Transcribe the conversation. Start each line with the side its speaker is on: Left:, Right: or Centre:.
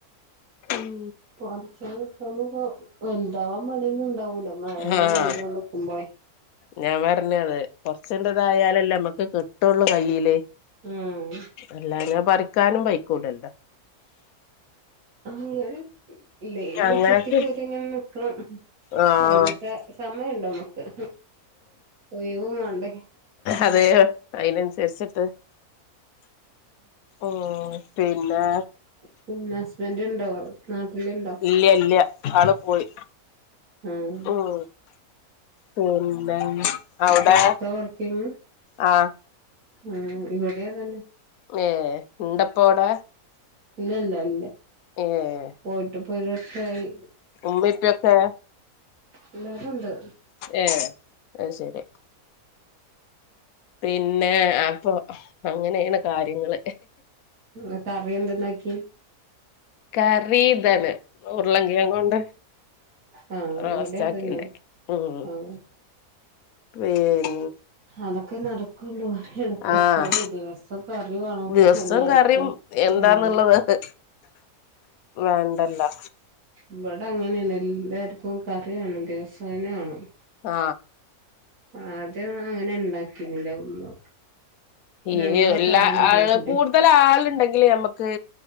Left: ഉം
Right: പറിച്ചാൻ കിട്ടോ ന്ന്പ്പോ വെൽതാവാൻ പണിയൊന്നും ണ്ടാവൂല്ല മഴങ്ങനെ
Left: ആഹ്
Right: പെയ്തോണ്ട്ക്കുമ്പഴേ
Left: ഞാൻ പർഞ്ഞത് കൊർച്ച്ണ്ട്തായാലല്ലേ ഞമ്മക്ക് കിട്ടൊള്ളു കയ്യില്
Right: ആഹ്
Left: അല്ലാഞ്ഞാ പറിക്കാനും പൈക്കൂലല്ലോ
Right: അങ്ങനെ ലേ ഇങ്ങനെ
Left: ഞങ്ങക്ക്
Right: ചെത്തിക്കോരിങ്ങനെ നിക്കണം
Left: ആഹ്
Right: അയ്ന്പ്പൊ സമയണ്ടോ നമ്മക്ക് ഒയ്വ് വാണ്ടേ
Left: അതെയോ അയ്നൻസരിച്ചിട്ട് ഉം പിന്നെ
Right: പിന്നെ ഹസ്ബന്റ് ണ്ടോ നാട്ടില്ണ്ടോ
Left: ഇല്ല ഇല്ല ആള് പോയി
Right: ആഹ്
Left: ഉം പിന്നെ അവിടെ
Right: പൊർത്ത വർക്കിങ്ങ്
Left: ആഹ്
Right: ആ ഇവിടെ അതെന്നെ
Left: ഏ ണ്ടപ്പവ്ടെ
Right: ഇല്ലല്ല ഇല്ല
Left: ഏഹ്
Right: പോയിട്ട്പ്പൊരു വർഷായി
Left: ഉമ്മേം ഉപ്പേംയൊക്കെ
Right: എല്ലാരുണ്ട്
Left: ഏ അത് ശെരി പിന്നെ അപ്പൊ അങ്ങനെണ് കാര്യങ്ങള്
Right: ന്ന് കറി യെന്ത്ണ്ടാക്കി
Left: കറീ താണ് ഉർലങ്ങേങ്ങോണ്ട്
Right: ആഹ്
Left: നാസ്താക്കി
Right: ഇവിടെ അതന്നെ
Left: ണ്ടാക്കി ഉം
Right: ആഹ്
Left: പിൻ
Right: അതൊക്കെ നടക്കൊള്ളൂ എളു എപ്പളും
Left: ആഹ്
Right: ഇ ദിവ സ്സം കറി വാണം
Left: ദിവസവും
Right: എല്ലാർക്കും
Left: കറിയും എന്താന്നുള്ളത്
Right: ഉം
Left: വേണ്ടല്ലോ
Right: ഇവിടങ്ങനെണ് എല്ലാർക്കും കറി വേണം ദിവസേന വേണം
Left: ആ
Right: ആദ്യോന്നും അങ്ങനെ ണ്ടാക്കീന്നില്ല ഉമ്മ
Left: ഈ
Right: ഞങ്ങളൊക്കെ
Left: എല്ലാ
Right: ആവണ
Left: ആ
Right: ടൈമില്
Left: കൂടുതലാള്ണ്ടെങ്കില് ഞമ്മക്ക്